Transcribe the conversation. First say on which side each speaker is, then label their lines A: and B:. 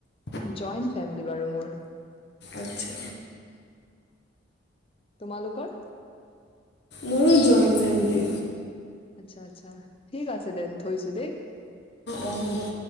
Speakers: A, on the left (about 30°); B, on the left (about 55°).
A: জইণ্ট ফেমিলি বাৰু মোৰ
B: আচ্ছা
A: তোমালোকোক
B: মোৰো জইণ্ট ফেমিলি
A: আচ্ছা আচ্ছা ঠিক আছে দেন থৈছো দেই
B: অহব